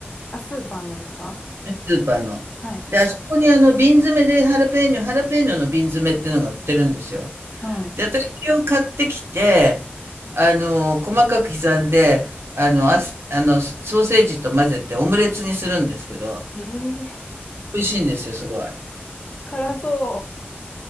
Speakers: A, on the left (about 35°); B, on the right (about 75°).
A: あ、スーパーのですか
B: スーパーの。
A: はい。
B: で、あそこにあの、瓶詰めでハラペーニョ、ハラペーニョの瓶詰めっていうのが売ってるんですよ。
A: はい。
B: で、私それを買ってきて、あの、細かく刻んで、あの、あす、あの、ソーセージと混ぜてオムレツにするんですけど、
A: ええ
B: 美味しいんですよ、すごい。
A: 辛そ